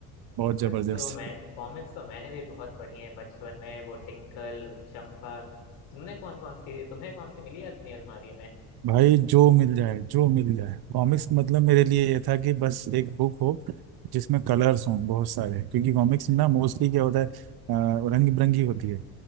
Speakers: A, on the right; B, on the left.
A: बहुत
B: कॉमिक्स
A: जबरदस्त
B: तो मैं कॉमिक्स तो मैंने भी बहुत पढ़ी है बचपन में वो टिंकल चंपक तुमने कौन कौन सी तुम्हें कौन सी मिली है अपनी अलमारी में
A: भाई जो मिल जाए जो मिल जाए कॉमिक्स मतलब मेरे लिए ये था कि बस एक बुक हो जिसमें कलर्स हों बहुत सारे क्योंकि कॉमिक्स ना मोस्टली क्या होता है रंग बिरंगी होती है